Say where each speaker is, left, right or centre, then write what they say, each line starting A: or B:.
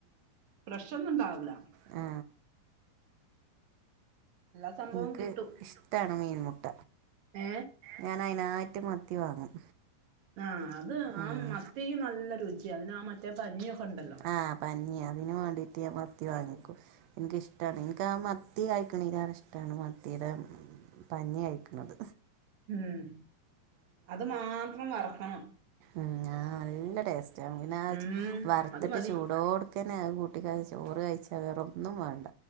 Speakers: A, on the right; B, on the right.
A: പ്രഷ ഒന്നും ഉണ്ടാവില്ല
B: ആ
A: എല്ലാ സംഭവവും
B: എൻക്ക്
A: കിട്ടും
B: ഇഷ്ട്ടാണ് മീൻമുട്ട
A: ഏ
B: ഞാൻ അയിനായിട്ട് മത്തി വാങ്ങും
A: ആഹ് അത്
B: ഉം
A: ആ മത്തിയും നല്ല രുചിയ അതിന് ആ മറ്റേ പഞ്ഞിയൊക്കെ ഉണ്ടല്ലോ
B: ആഹ പഞ്ഞി അതിന് വേണ്ടീട്ട് ഞാൻ മത്തി വാങ്ങിക്കും
A: അപ്പം
B: എൻക്ക് ഇഷ്ട്ടാണ് എൻക്ക് ആ മത്തി കയിക്കണെലാണ് ഇഷ്ട്ടാണ് മത്തിയുടെ പഞ്ഞി കഴ്ക്കണത്
A: ഉം അത് മാത്രം വറക്കണം
B: ആ ഞാ നല്ല ടേസ്റ്റാ പിന്നാ
A: ഉം
B: ച്ച് വറുത്തിട്ട്
A: അത് മതി
B: ചൂടോടു ക്കനെ അതു കൂട്ടികഴിച് ചോറ് കഴിച്ചാ വേറെ ഒന്നും വേണ്ട